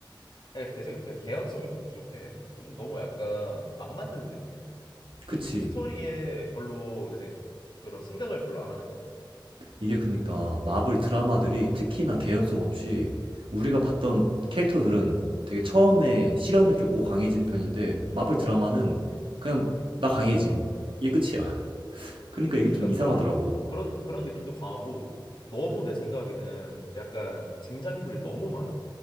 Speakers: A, on the left; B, on the right.
A: 그냥 내 생각에 그냥 개연성이 좀 부족해. 요즘 너무 약간 막 만드는 느낌이야.
B: 그치.
A: 좀 스토리에 별로 내 생각에 그런 생각을 별로 안 하는 것 같아.
B: 이게 그러니까 마블 드라마들이 특히나 개연성 없이 우리가 봤던 캐릭터들은 되게 처음에 시련을 겪고 강해지는 편인데 마블 드라마는 그냥 나 강해짐 이게 끝이야. <laughs> 그러니까 이게
A: 그러니까
B: 좀 이상하더라고.
A: 그런 느- 그런 그런 느낌도 강하고 너무 내 생각에는 약간 등장인물이 너무 많아.